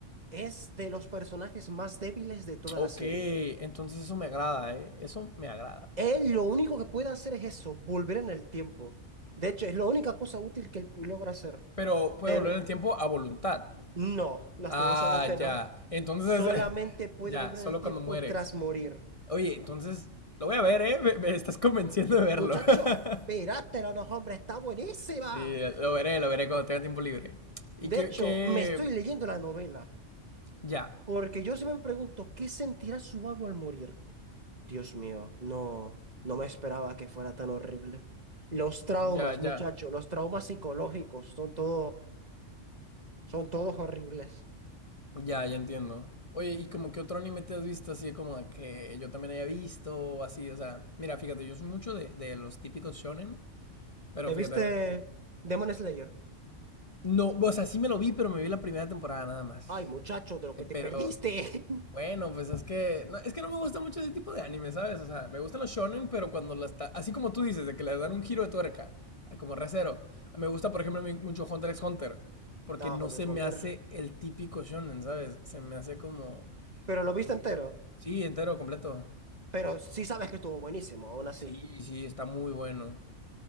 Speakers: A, on the right; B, on the left.
A: es de los personajes más débiles de toda
B: Ok,
A: la serie.
B: entonces eso me agrada, ¿eh? Eso me agrada.
A: Él lo único que puede hacer es eso, volver en el tiempo. De hecho, es la única cosa útil que él logra hacer.
B: Pero puede
A: Pero
B: volver el tiempo a voluntad.
A: no, lastimosamente
B: Ah, ya.
A: no.
B: Entonces,
A: Solamente
B: <laughs>
A: puede
B: ya,
A: volver
B: solo
A: en el tiempo
B: cuando muere.
A: tras morir.
B: Oye, entonces, lo voy a ver, ¿eh? Me, me estás convenciendo de verlo.
A: Muchacho, espérátela,
B: <laughs>
A: no, no, hombre, está buenísima.
B: Sí, lo veré, lo veré cuando tenga tiempo libre. Y
A: De
B: que,
A: hecho,
B: que...
A: me estoy leyendo la novela.
B: Ya,
A: Porque yo siempre me pregunto, ¿qué sentirá Subaru al morir? Dios mío, no, no me esperaba que fuera tan horrible. Los traumas,
B: ya, ya.
A: muchacho, los traumas psicológicos, son todo. Son todos horribles.
B: Ya, ya entiendo. Oye, ¿y como que otro anime te has visto así como de que yo también haya visto o así? O sea, mira, fíjate, yo soy mucho de, de los típicos shonen, pero
A: ¿Te
B: fíjate,
A: viste Demon Slayer?
B: no, o sea, sí me lo vi, pero me vi la primera temporada nada más.
A: Ay, muchacho, de lo
B: Eh,
A: que
B: Pero
A: te perdiste. <laughs>
B: bueno, pues es que no, es que no me gusta mucho ese tipo de anime, ¿sabes? O sea, me gustan los shonen, pero cuando las ta- así como tú dices, de que le dan un giro de tuerca, a como recero. Me gusta, por ejemplo, a mí mucho Hunter x Hunter, porque
A: Ah,
B: no
A: Hunter
B: se
A: x
B: me
A: Hunter.
B: hace el típico shonen, ¿sabes? Se me hace como
A: Pero lo viste
B: Sí,
A: entero.
B: Sí, entero, completo.
A: Pero sí sabes que estuvo buenísimo, aún así.
B: Sí, sí, está muy bueno.